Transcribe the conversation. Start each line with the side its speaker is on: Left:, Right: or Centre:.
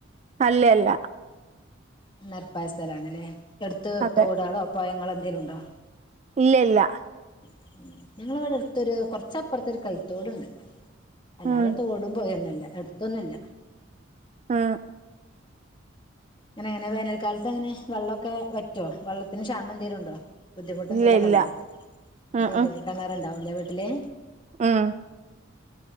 Right: അല്ലല്ല
Left: നെരെപ്പായ സ്ഥലാണല്ലേ? എടുത്ത്
Right: അതെ
Left: തോടാളോ, പൊഴങ്ങളോ, എന്തേലുണ്ടോ?
Right: ഇല്ലയില്ല
Left: ഉം ഞങ്ങളവെടെ അടുത്തൊരു കൊറച്ചപ്പുറത്തൊരു കൈത്തോടുണ്ട് അല്ലാതെ
Right: ഉം
Left: തോടും, പൊഴൊന്നുല്ല എടുത്തൊന്നുല്ല
Right: ആഹ്
Left: ലങ്ങനെ അങ്ങനെ വേനൽക്കാലത്തെങ്ങനെ വെള്ളൊക്കെ വറ്റോ? വെള്ളത്തിന് ക്ഷാമന്തേലുണ്ടോ? ബുദ്ധിമുട്ട്ന്തേലൊക്കെണ്ടോ?
Right: ഇല്ല ഇല്ല ഉം
Left: ബുദ്ധിമുട്ട
Right: ഉം
Left: കെണറ്ണ്ടാവൂലേ വീട്ടില്?
Right: ഉം